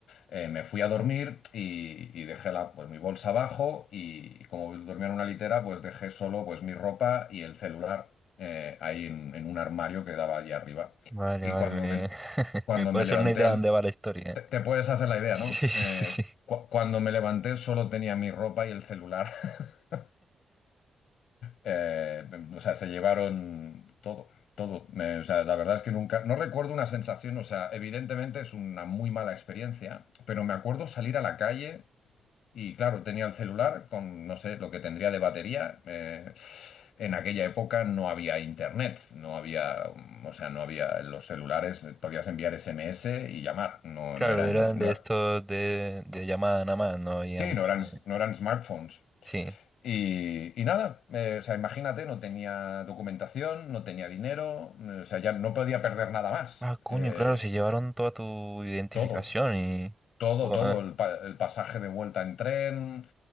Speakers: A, on the left (about 85°); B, in the centre.
A: eh, me fui a dormir y, y dejé la, pues, mi bolsa abajo y como dormía en una litera, pues dejé solo pues, mi ropa y el celular eh, ahí en, en un armario que daba allí arriba.
B: vale,
A: Y
B: vale.
A: cuando
B: Me,
A: me,
B: <laughs>
A: cuando
B: me puedo
A: me
B: hacer
A: levanté
B: una idea
A: al...
B: de dónde va la historia.
A: Te, te
B: <laughs>
A: puedes hacer la idea,
B: Sí,
A: ¿no?
B: sí,
A: Eh,
B: sí.
A: cu- cuando me levanté solo tenía mi ropa y el celular. <laughs> Eh, o sea, se llevaron todo, todo. Me- o sea, la verdad es que nunca, no recuerdo una sensación, o sea, evidentemente es una muy mala experiencia, pero me acuerdo salir a la calle y claro, tenía el celular con, no sé, lo que tendría de batería. Eh, en aquella época no había internet, no había, mm, o sea, no había los celulares, eh, podías enviar SMS y llamar, no,
B: Claro,
A: no eran,
B: eran
A: no,
B: de estos de, de llamada nada más, no había
A: Sí,
B: mucho.
A: no eran,
B: de-
A: no eran smartphones.
B: Sí.
A: Y, y nada, eh, o sea, imagínate, no tenía documentación, no tenía dinero, eh, o sea, ya no podía perder nada más.
B: Ah, coño,
A: Eh,
B: claro, se llevaron toda tu identificación
A: todo,
B: y...
A: todo,
B: Joder,
A: todo, el, pa- el pasaje de vuelta en tren,